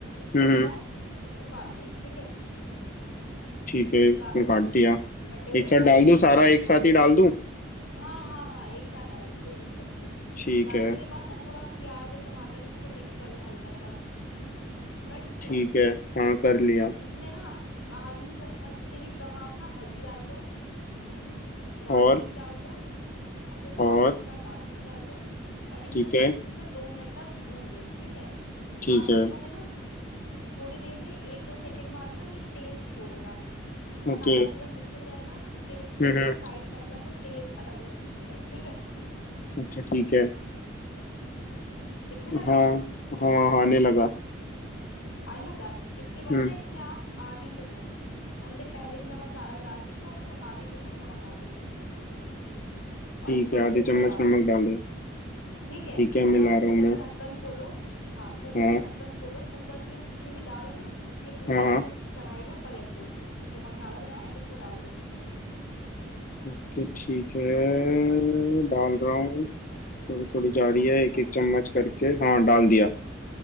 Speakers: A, on the left (about 85°); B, on the left (about 40°).
A: इसको
B: हम्म
A: भी
B: हम्म,
A: आप इसको काट दो ठीक है
B: ठीक है इसमें
A: डाल दो
B: काट
A: आप उसमें
B: दिया
A: कटे
B: एक
A: हुए
B: साथ
A: डाल
B: डाल
A: दो
B: दूं सारा एक साथ
A: और
B: ही डाल दूं
A: हाँ हाँ हाँ एक साथ डाल दो कोई दिक्कत नहीं है
B: ठीक
A: डालने
B: है
A: के बाद ना थोड़ा प्याज और टमाटर में इसको मिक्स कर लो हल्का सा कर लिया
B: ठीक है हाँ कर लिया
A: इसमें ना आधी चम्मच से भी कम आप ना हल्दी डाल दो लाल
B: और
A: मिर्च डाल दो अपने स्वाद
B: और
A: अनुसार लाल मिर्च डाल दो और इनको
B: ठीक
A: ना
B: है
A: अच्छे से दो मिनट तक भून लो ठीक है
B: ठीक
A: आप
B: है
A: देखोगे ना थोड़ी देर में एक दो सेकंड बाद ना ये तेल छोड़ेगा
B: ओके
A: मसाला पूरा मिक्स हो जाएगा तेल छोड़ेगा
B: हम्म हम्म
A: साइड साइड में आपको तेल अलग अलग दिखेगा ठीक है
B: अच्छा ठीक है
A: दिखने लगा
B: हाँ
A: आपको
B: हाँ हाँ, आने लगा
A: आने लगा इसके बाद
B: हम्म
A: ना इसमें आप आधी चम्मच हमने पहले भी नमक डाला दाल में तो अब आधी चम्मच नमक डाल दो इसमें और
B: ठीक
A: इसको
B: है
A: अच्छे
B: आधी
A: से
B: चम्मच
A: मिला लो
B: नमक डाल दे
A: ठीक है
B: ठीक है मिला
A: अब आप
B: रहा
A: कुकर
B: हूँ मैं
A: का ढक्कन खोलो हाँ कुकर
B: हाँ
A: का ढक्कन खोलो कुकर में जितनी भी दाल है ना ये पूरी
B: हाँ हाँ
A: आप इस कढ़ाई में पलट दो जो मसाला बनाया है इसमें डाल दो
B: ओके ठीक है डाल रहा हूँ थोड़ी थोड़ी जा रही
A: हाँ
B: है
A: जी
B: एक
A: हाँ
B: एक
A: जी
B: चम्मच करके हाँ डाल दिया